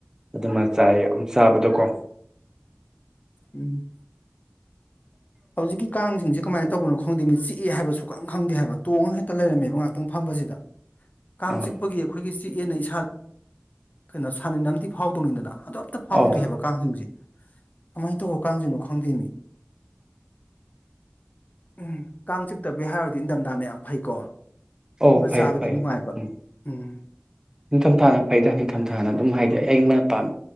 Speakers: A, on the right (about 15°); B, on the left (about 45°).
A: ꯑꯗꯨꯃ ꯆꯥꯏ ꯌꯥꯝ ꯆꯥꯕꯗꯣꯀꯣ
B: ꯎꯝ ꯍꯧꯖꯤꯛꯀꯤ ꯀꯥꯡꯁꯤꯡꯁꯦ ꯀꯃꯥꯏꯅ ꯇꯧꯕꯅꯣ ꯈꯪꯗꯦ ꯃꯤ ꯆꯤꯑꯦ ꯍꯥꯏꯕꯁꯨ ꯈꯪ ꯈꯪꯗꯦ ꯍꯥꯏꯕ ꯇꯣꯡꯉꯒ ꯍꯦꯛꯇ ꯂꯩꯔꯝꯃꯦꯕ ꯉꯥꯏꯥꯛꯇꯪ ꯐꯝꯕꯁꯤꯗ ꯀꯥꯡ
A: ꯑꯧ
B: ꯆꯤꯛꯄꯒꯤ ꯑꯩꯈꯣꯏꯒꯤ ꯆꯤꯑꯦꯅ ꯏꯁꯥꯗ ꯀꯩꯅꯣ ꯁꯅꯤꯟ ꯑꯝꯗꯤ ꯐꯥꯎꯗꯧꯅꯤꯗꯅ ꯑꯗ ꯑꯝꯇ ꯐꯥꯎꯗ꯭ꯦ
A: ꯑꯧ
B: ꯍꯥꯏꯕ ꯀꯥꯡꯁꯤꯡꯁꯦ ꯀꯃꯥꯏꯅ ꯇꯧꯕ ꯀꯥꯡꯁꯤꯅꯣ ꯈꯪꯗꯦꯅꯤ ꯎꯝ ꯀꯥꯡ ꯆꯤꯛꯇꯕꯤ ꯍꯥꯏꯔꯨꯔꯗꯤ ꯏꯊꯝꯊꯥꯅ ꯌꯥꯝ ꯐꯩꯀꯣ ꯇꯨꯝꯕ
A: ꯑꯧ ꯐꯩ
B: ꯆꯥꯕꯗꯤ
A: ꯐꯩ
B: ꯅꯨꯡꯉꯥꯏꯕ
A: ꯎꯝ
B: ꯎꯝ
A: ꯅꯤꯡꯊꯝꯊꯥꯅ ꯐꯩꯗ ꯅꯤꯡꯊꯝꯊꯥꯅ ꯑꯗꯨꯝ ꯍꯥꯏꯗꯤ ꯑꯩꯣꯟ ꯄꯥꯝ